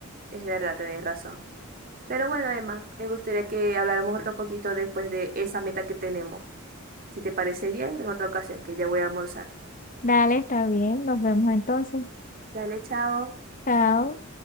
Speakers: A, on the right; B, on the left.
A: Es verdad, tenés razón. Pero bueno, Emma, me gustaría que habláramos otro poquito después de esa meta que tenemos. Si te parece bien, en otra ocasión, que ya voy a almorzar.
B: Dale, está bien, nos vemos entonces.
A: Dale, chao.
B: Chao.